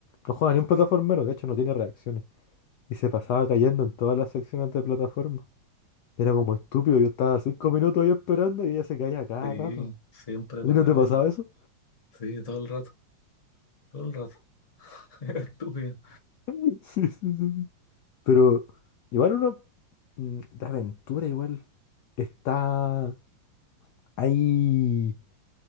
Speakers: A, on the left (about 70°); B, on the left (about 25°).
A: No juega ni un plataformero, de hecho no tiene reacciones. Y se pasaba cayendo en todas las secciones de plataforma. Era como estúpido, yo estaba cinco minutos ahí esperando y ella se caía cada
B: Sí,
A: rato.
B: siempre
A: ¿A
B: pasa
A: ti no te
B: lo
A: pasaba
B: mismo.
A: eso?
B: Sí, todo el rato, todo el rato. <laughs> Es Estúpido.
A: <laughs> Sí, sí, sí. sí. Pero igual uno mm, de aventura igual está ahí